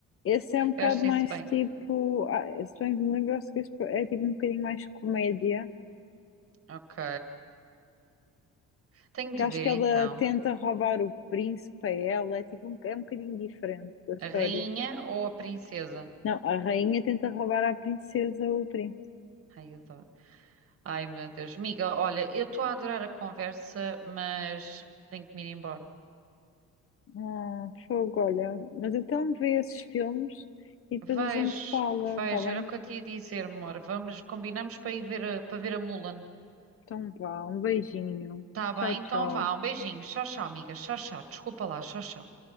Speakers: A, on the left; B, on the right.
A: Esse é um bocado
B: eu acho
A: mais
B: isso bem.
A: tipo. Ah, se bem que me lembro, acho que esse é tipo um bocadinho mais comédia.
B: Ok. Tenho de
A: Que acho
B: ver
A: que
B: então.
A: ela tenta roubar o príncipe a ela. É tipo um, é um bocadinho diferente da história.
B: A rainha ou a princesa?
A: Não, a rainha tenta roubar à princesa o príncipe.
B: Ai, adoro. Ai, meu Deus. Miga, olha, eu estou a adorar a conversa, mas tenho que me ir embora.
A: Ah, fogo, olha. Mas então vê esses filmes e depois
B: Vejo,
A: a gente fala,
B: vejo,
A: tá bem?
B: era o que eu te ia dizer, amor. Vamos, combinamos para ir ver, a- para ver a Mulan.
A: Então vá, um beijinho.
B: Tá bem,
A: Tchau, tchau.
B: então vá, um beijinho. Tchau, tchau, amiga. Tchau, tchau. Desculpa lá, tchau, tchau.